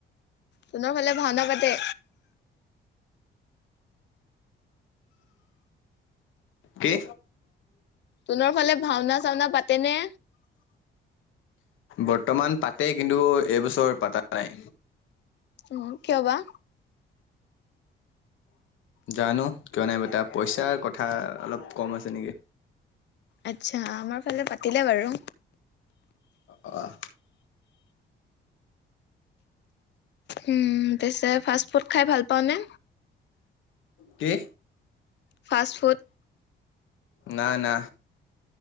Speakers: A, on the left (about 60°); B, on the left (about 80°).
A: তোনৰ ফালে ভাওনা পাতে।
B: কি।
A: তোনৰ ফালে ভাওনা চাওনা পাতেনে।
B: বৰ্তমান পাতে কিন্তু এইবছৰ পাতা নাই।
A: উম কিয় বা।
B: জানো কিয় নাই পতা পইচাৰ কথা অলপ কম আছে নেকি।
A: আচ্ছা আমাৰ ফালে পাতিলে বাৰু,
B: অঁহ।
A: উম পিছে ফাষ্ট ফুড খাই ভাল পাওঁনে?
B: কি?
A: ফাষ্ট ফুড,
B: ন না।